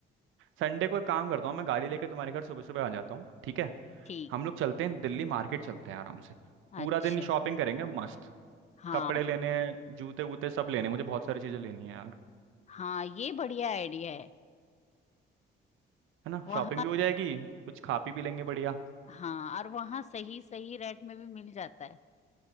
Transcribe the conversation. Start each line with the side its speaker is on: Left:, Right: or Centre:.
Right: संडे को एक काम करता हूँ मैं गाड़ी लेके तुम्हारे घर सुबह सुबह आ जाता हूँ ठीक है
Left: ठीक
Right: हम लोग चलते हैं दिल्ली मार्केट चलते हैं आराम से पूरा
Left: अच्छा
Right: दिन शॉपिंग करेंगे मस्त
Left: हाँ
Right: कपड़े लेने जूते वूते सब लेने मुझे बहुत सारी चीजें लेनी है यार
Left: हाँ ये बढ़िया आइडिया है
Right: है ना
Left: वहाँ
Right: शॉपिंग भी हो जाएगी कुछ खा पी भी लेंगे बढ़िया
Left: हाँ और वहाँ सही सही रेट में भी मिल जाता है